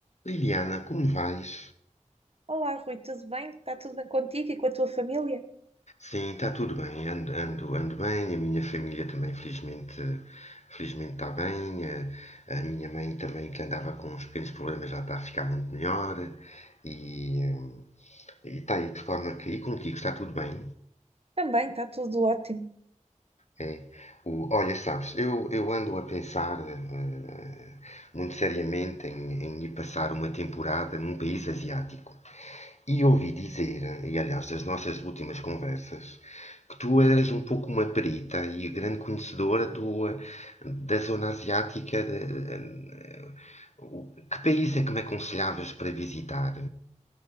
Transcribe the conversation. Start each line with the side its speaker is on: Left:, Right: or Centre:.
Left: Liliana, como vais?
Right: Olá, Rui, tudo bem? Está tudo bem contigo e com a tua família?
Left: Sim, está tudo bem. Ando, ando, ando bem. A minha família também, felizmente, felizmente está bem. A, a minha mãe também, que andava com uns pequenos problemas, já está a ficar muito melhor. E hum, e está aí de forma que. E contigo, está tudo bem?
Right: Também está tudo ótimo.
Left: É. O, olha, sabes, eu, eu ando a pensar eh, eh, muito seriamente em, em ir passar uma temporada num país asiático. E ouvi dizer, e aliás das nossas últimas conversas, que tu eras um pouco uma perita e grande conhecedora do, eh, da zona asiática. de- eh, o- que país é que me aconselhavas para visitar?